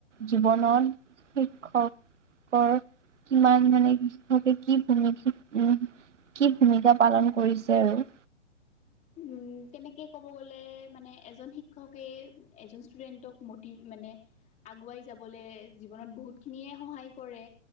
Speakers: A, on the right; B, on the left.
A: জীৱনত শিক্ষক কৰ কিমান মানে শিক্ষকে কি কৰে <unintelligible> কি ভূমিকা পালন কৰিছে আৰু।
B: উম, তেনেকে ক'ব গ'লে মানে, এজন শিক্ষকে এজন ষ্টুডেণ্টক মোটিভ মানে আগুৱাই যাবলে জীৱনত বহুতখিনিয়ে সহায় কৰে